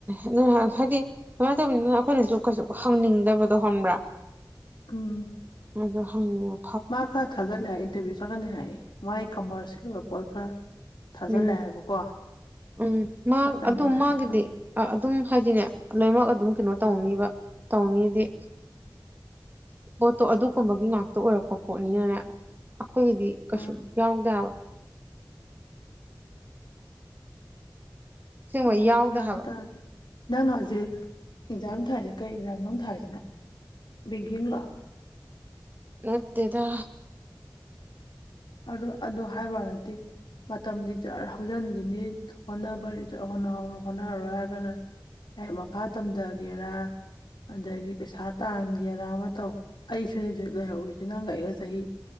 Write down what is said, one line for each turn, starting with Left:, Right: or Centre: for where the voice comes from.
Right: ꯑꯗꯨ ꯍꯥꯏꯗꯤ ꯁꯃꯥꯏꯅ ꯇꯧꯕꯅꯤꯅ ꯑꯩꯈꯣꯏꯅꯁꯨ ꯀꯩꯁꯨ ꯍꯪꯅꯤꯡꯗꯕꯗꯣ ꯈꯪꯕ꯭ꯔꯥ
Left: ꯎꯝ
Right: ꯑꯗ ꯍꯪꯉꯣ
Left: ꯃꯥ ꯈꯔ ꯊꯥꯖꯂꯦ ꯍꯥꯏ ꯏꯟꯇꯔꯚꯤꯌꯨ ꯆꯠꯀꯅꯤ ꯍꯥꯏ ꯃꯥꯏ ꯀꯃꯔꯁꯀꯤ ꯑꯣꯏꯕ ꯄꯣꯠ ꯈꯔ ꯊꯥꯖꯤꯜꯂꯦ
Right: ꯎꯝ
Left: ꯍꯥꯏꯕꯀꯣ
Right: ꯎꯝ ꯃꯥ
Left: ꯆꯠꯀꯅꯤ
Right: ꯑꯗꯨ
Left: ꯍꯥꯏ
Right: ꯃꯥꯒꯤꯗꯤ
Left: ꯈꯪꯗꯦ
Right: ꯑꯗꯨꯝ ꯍꯥꯏꯗꯤꯅꯦ ꯂꯣꯏꯃꯛ ꯑꯗꯨꯝ ꯀꯩꯅꯣ ꯇꯧꯅꯤꯕ ꯇꯧꯅꯤꯗꯤ ꯄꯣꯠꯇꯣ ꯑꯗꯨꯒꯨꯝꯕꯒꯤ ꯉꯥꯛꯇ ꯑꯣꯏꯔꯛꯄ ꯄꯣꯠꯅꯤꯅꯅꯦ ꯑꯩꯈꯣꯏꯒꯤꯗꯤ ꯀꯩꯁꯨ
Left: ꯑꯥ
Right: ꯌꯥꯎꯗꯕ ꯑꯁꯦꯡꯕ
Left: ꯈꯣꯡꯒꯦꯗ
Right: ꯌꯥꯎꯗꯦ
Left: ꯒ꯭ꯌꯥ
Right: ꯍꯥꯏꯕ
Left: ꯇꯥꯗꯦ ꯅꯪ ꯅ ꯍꯧꯖꯤꯛ ꯑꯦꯛꯖꯥꯝ ꯊꯥꯏꯔꯤꯁꯦ ꯀꯩ ꯑꯦꯛꯖꯥꯝꯗꯣ ꯊꯥꯏꯔꯤꯁꯤꯅ ꯕꯦꯡꯒꯤꯡ ꯂꯥꯛ
Right: ꯅꯠꯇꯦꯗ
Left: ꯑꯗꯨ ꯑꯗꯨ ꯍꯥꯏꯕ ꯅꯗꯤ ꯃꯇꯝꯗꯤ ꯆꯔ ꯍꯧꯖꯤꯟꯈꯤꯅꯤ ꯍꯣꯠꯅꯕꯔ ꯍꯣꯔ ꯍꯣꯠꯅꯍꯧꯔꯣꯏ ꯍꯥꯏꯔꯒꯥꯟꯅ ꯍ ꯃꯈꯥ ꯇꯝꯊꯒꯦꯔꯥ ꯑꯗꯒꯤ ꯄꯩꯁꯥ ꯇꯥꯟꯒꯦꯔꯥ ꯑꯃ ꯇꯧ ꯑꯩꯁꯨꯅꯦ ꯂꯩꯍꯧꯔꯨꯁ ꯅꯪꯒ ꯑꯩꯒ ꯆꯍꯤ